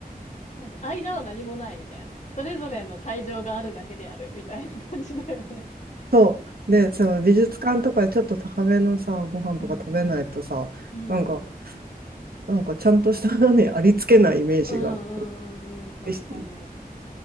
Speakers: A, on the left (about 45°); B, on the right (about 70°).
A: なんか、間は何もないみたいな。それぞれの会場があるだけであるみたいな感じだよね。
B: そう。で、その美術館とかでちょっと高めのさ、ご飯とか食べないとさ、
A: うんうん。うんうん。
B: なんか、なんかちゃんとしたのにありつけないイメージがあって。
A: うんうんうんうん。確かに。
B: でし